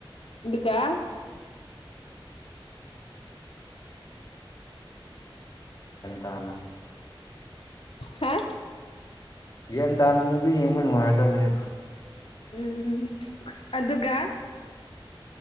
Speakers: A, on the left; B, on the left.
A: ꯎꯗ
B: ꯇꯅ
A: ꯍꯥ
B: ꯒ꯭ꯟ ꯇꯥꯅ ꯃꯨꯕꯤ ꯌꯦꯡꯕ ꯅꯨꯡꯉꯥꯏꯗꯕꯅꯦꯕ
A: ꯎꯝ ꯎꯝ ꯑꯗꯨꯒ